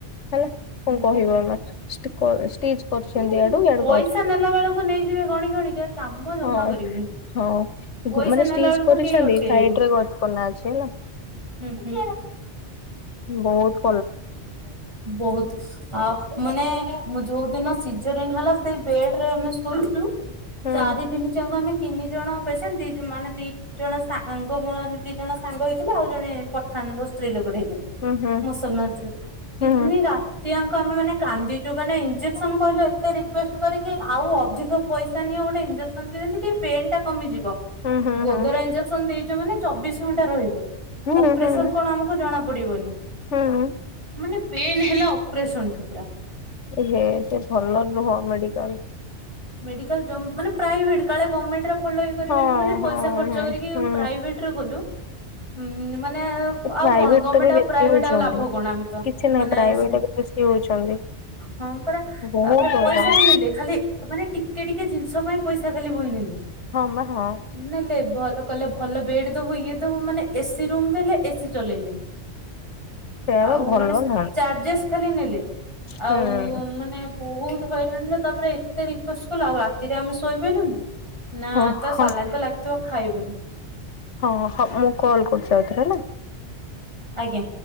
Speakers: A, on the left; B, on the right.
A: ହେଲା। କଣ
B: ଦେଖିଲ
A: କହିବ ଆ ଚ କରୁଛନ୍ତି
B: ମାନେ
A: ଆଡୁ ଆଡୁ। <unintelligible>
B: ପଇସା ନେଲା ବେଳକୁ ନେଇଯିବେ ଗଣି ଗଣି କା କାମ ଜମା
A: ହଁ
B: କରିବେନି।
A: ହଁ
B: ପଇସା
A: ମାନେ
B: ନେଲା
A: ଷ୍ଟିଜ୍
B: ବେଳକୁ
A: କରିଛନ୍ତି
B: କେହି ଅଟକେଇବେନି
A: ସାଇଟ୍ ରେ ଗଜକନା ଅଛି ହେଲା।
B: ହୁଁ ହୁଁ।
A: ବହୁତ୍।
B: ବହୁତ ଆ ମାନେ ମୁଁ ଯୋଉ ଦିନ। ସିଜରିଙ୍ଗ୍ ହେଲା ସେଇ ବେଡ ରେ ଆମେ ଶୋଇଛୁ
A: ହୁଁ
B: ଚାରି ଦନି ଯାକ ଆମେ। ତିନି ଜଣ ପେସେଣ୍ଟ ଦି ମାନେ ଦି ଦି ଜଣ ସାଙ୍ଗ ମୋର ଆମେ ଦି ଜଣ ସାଙ୍ଗ ହେଇଥିଲୁ ଆଉ ଜଣେ ପଠାଣର ସ୍ତ୍ରୀ ଲୋକଟେ ହେଇଥିଲେ।
A: ହୁଁ ହୁଁ
B: ମୁସଲମାନ ସ୍ତ୍ରୀ ଲୋକ ଟା
A: ହୁଁ
B: ତିନି ରାତିଆଙ୍କ ଆମେ ମାନେ କାନ୍ଦିଛୁ ମାନେ ଇଞ୍ଜେକ୍ସନ୍। କହିଲୁ ଏତେ ରିକୁଏସ୍ଟ କରି କି ଆଉ ଅଧିକ ପଇସା ନି ଗୋଟେ ଇଞ୍ଜେକ୍ସନ ଦିଅ ଯେମିତି ଟିକେ ପେନ୍ ଟା କମିଯିବ
A: ହୁଁ ହୁଁ
B: ଗୋଦରା
A: ହୁଁ।
B: ଇଞ୍ଜେକ୍ସନ ଦେଇଛ ମାନେ ଚବିଶ ଘଣ୍ଟା ରହିବ
A: ହୁଁ
B: ଅପରେସନ
A: ହୁଁ
B: କଣ ଆମ <unintelligible> ଜଣା ପଡିବନି।
A: ହୁଁ।
B: ମାନେ ପେନ୍ ହେଲା ଅପରେସନଠୁ ପୁରା।
A: ଏ ହେ ସେ ଭଲ ନୁହଁ ମେଡିକାଲ୍।
B: ମେଡିକାଲ୍ ଯମ୍ ମାନେ ପ୍ରାଇଭେଟ୍ କାଳେ ଗମେଣ୍ଟ ରେ ଭଲ କରିବେନି
A: ହଁ
B: ବୋଲି
A: ହଁ
B: ପଇସା ଖର୍ଚ୍ଚ
A: ହଁ
B: କରି କି
A: ହୁଁ
B: ପ୍ରାଇଭେଟ୍ ରେ କଲୁ। ହୁଁ ମାନେ ଆଉ
A: ପ୍ରାଇଭେଟ
B: କଣ ଗମେଣ୍ଟ
A: ତ ବି
B: ଆଉ
A: ବେଶୀ
B: ପ୍ରାଇଭେଟ୍
A: ହଉଛନ୍ତି।
B: ଆଉ ଲାଭ କଣ ଆମେତ
A: କିଛି ନାହିଁ
B: ମାନେ
A: ପ୍ରାଇଭେଟ
B: ସେ
A: <unintelligible>
B: ହଁ ପରା
A: ବହୁତ
B: ତାପରେ
A: ହଇରାଣ
B: ପଇସା ବି ନେଲେ ଖାଲି ମାନେ ଟିକେ-ଟିକେ ଜିନିଷ ପାଇଁ ପଇସା ଖାଲି ବୋହି ନେଲେ
A: ହଁ-ମା-ହଁ
B: ନେଲେ ଭଲ କହିଲେ ଭଲ ବେଡ୍ ଦବୁ ଇଏ ଦବୁ ମାନେ ଏସିି ରୁମ୍ ଦେଲେ ଏସିି ଚଲେଇଲେନି।
A: <unintelligible> ସେୟା ବା
B: ଆଉ
A: ଭଲ
B: ମାନେ
A: ନୁହଁ।
B: ଚାର୍ଜେସ୍ ଖାଲି ନେଲେ ଆଉ
A: ହୁଁ
B: ମାନେ ବହୁତ୍ ହଇରାଣ ରେ ତାପରେ ଏତେ ରିକୁଏଷ୍ଟ କଲୁ ଆଉ ରାତିରେ ଆମେ ଶୋଇ <unintelligible> ନା
A: ହଁ
B: ତ
A: ହଁ
B: ସାଲାଇନ୍ ତ ଲାଗିଥିବ ଖାଇବୁନି।
A: ହଁ-ହଁ ମୁଁ କଲ୍ କରୁଚି ଆଉଥରେ ହେଲା।
B: ଆଜ୍ଞା।